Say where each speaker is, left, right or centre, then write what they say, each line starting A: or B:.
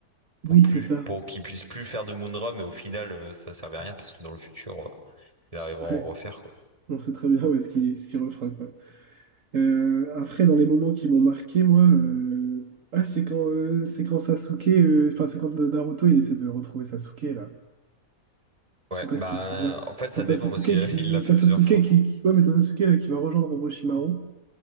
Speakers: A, on the right; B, on the right.
A: pour
B: Oui,
A: plus
B: c'est ça.
A: pour qu'il puisse plus faire de Moonra, mais au final euh, ça servait à rien parce que dans le futur euh, il arrivera à
B: Ouais,
A: en refaire quoi.
B: on sait très bien où est-ce qu'il ce qu'il refera, quoi. Euh, après, dans les moments qui m'ont marqué, moi, euh, ah, c'est quand, euh, c'est quand Sasuke, euh, enfin, c'est quand Naruto, il essaie de retrouver Sasuke, là.
A: Ouais,
B: Je sais pas
A: bah
B: si tu te souviens.
A: en fait
B: Parce
A: ça
B: que t'as
A: dépend
B: Sasuke
A: parce qu'il a-
B: qui,
A: <laughs> il l'a fait
B: t'as
A: plusieurs
B: Sasuke
A: fois.
B: qui, qui- ouais, mais t'as Sasuke, là, qui va rejoindre Orochimaru.